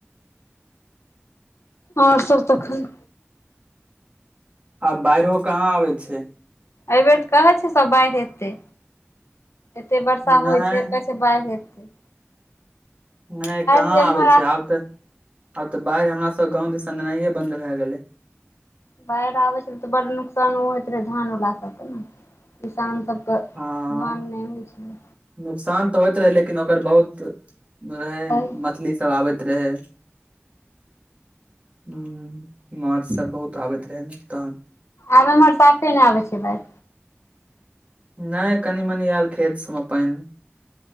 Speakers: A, on the left; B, on the right.
A: आओर सभ तखन
B: आब बाइढ़ो कहा आबे छै
A: एहिबेर तऽ कहै छै सभ बाढ़ि एतइ एते बर्षा
B: नहि
A: होइ छै से बाढ़ि एतइ।
B: नहि कहाँ
A: जेम्हर
B: आबै छइ आब तऽ आब तऽ बाढ़ि हमरा सभ गाव दिसन एनाये बन्द भए गेलै
A: बाढ़ि आबैत छल तऽ बड़ नुकसानो होइत रहै धानवला सभके ने किसानसभके
B: हँ
A: धान नहि होई छै
B: नुकसान तऽ होइत रहै लेकिन ओकर बहुत रहै
A: कही
B: मछलीसभ आबैत रहे ह माछ सभ बहुत आबैत रहे तहन
A: आब हमर पासे नहि आबै छै बई
B: नहि कनि मनी आयल खेत सभमे पानि